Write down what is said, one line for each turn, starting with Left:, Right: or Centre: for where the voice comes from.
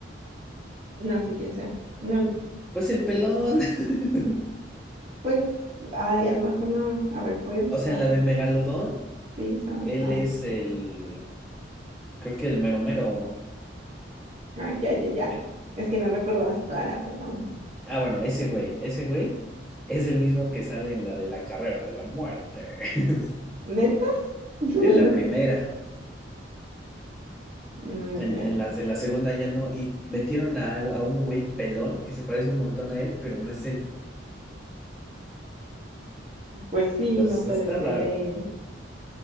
Right: no sé quién sea. No,
Centre: Pues el pelón. <laughs>
Right: pues, ay, a lo mejor no. A ver, voy a buscarlo.
Centre: O sea, en la de Megalodón,
Right: Jason,
Centre: él
Right: ah,
Centre: es el, creo que el mero mero.
Right: ah, ya, ya, ya.
Centre: el-
Right: Es que no recordaba su cara, perdón.
Centre: ah, bueno, ese güey, ese güey es el mismo que sale en la de la carrera de la muerte. <laughs>
Right: ¿Neta? <laughs>
Centre: En la primera,
Right: No,
Centre: en,
Right: ya.
Centre: en las de la segunda ya no, y metieron a, a un güey pelón que se parece un montón a él, pero no es él.
Right: Pues sí,
Centre: Entonces
Right: no puede
Centre: está
Right: ser
Centre: raro.
Right: él.